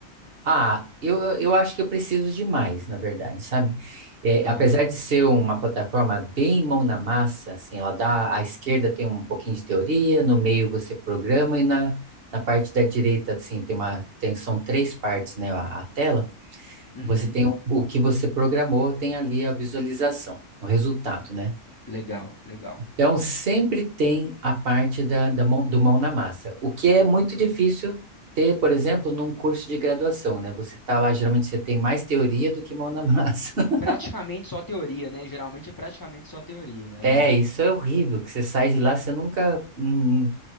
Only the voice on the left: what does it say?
Aham,
uhum.
Legal, legal.
Praticamente só teoria, né? Geralmente é praticamente só teoria. Aham.